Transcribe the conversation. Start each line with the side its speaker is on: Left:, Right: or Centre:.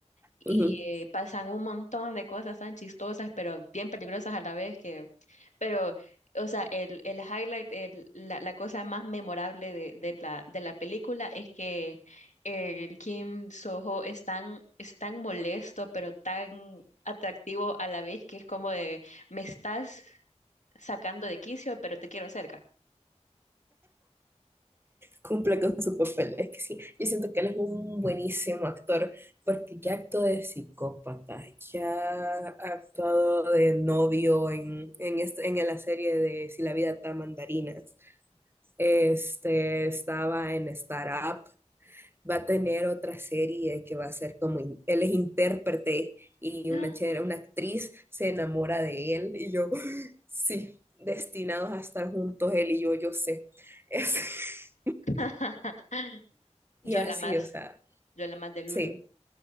Left: y
Right: ujú,
Left: eh, pasan un montón de cosas tan chistosas pero bien peligrosas a la vez que pero o sea el, el highlight el- la, la cosa más memorable de, de la de la película es que el Kim Soho es tan es tan molesto pero tan atractivo a la vez que es como de me estás sacando de quicio pero te quiero cerca
Right: cumple con su papel. Es que sí, yo siento que él es un buenísimo actor, porque ya actuó de psicópata, ya ha actuado de novio en, en, este- en la serie de Si la vida está mandarinas. Este estaba en Startup. Va a tener otra serie que va a ser como in- él es intérprete y
Left: <gasps>
Right: una chera, una actriz se enamora de él y yo, <laughs> <gasps> sí, destinados a estar juntos él y yo, yo sé. Es-
Left: <laughs>
Right: <laughs>
Left: Yo
Right: y así,
Left: la más,
Right: o sea,
Left: yo la más de Lulu.
Right: sí,